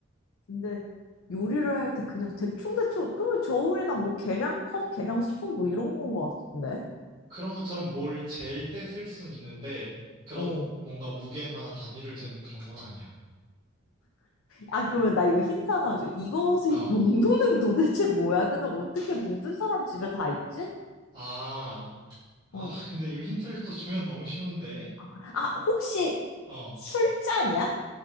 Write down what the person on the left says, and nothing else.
근데 요리를 할 때 그냥 대충대충, 그러면 저울이나 뭐 계량컵, 계량스푼 뭐 이런 건 것 같은데?
어.
아, 그러면 나 이거 힌트 하나 줘. 이것의
용도는 도대체 뭐야? 근데 어떻게 모든 사람 집에 다 있지?
어.
아, 혹시
술잔이야?